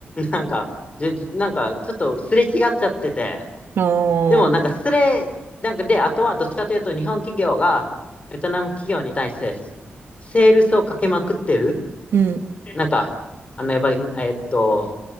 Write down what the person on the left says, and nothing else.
なんか、じなんかちょっとすれ違っちゃってて、
でもなんかすれなんかで、あとはどっちかというと日本企業がベトナム企業に対してセールスをかけまくってる。
なんか、あの、やっぱり、えっと、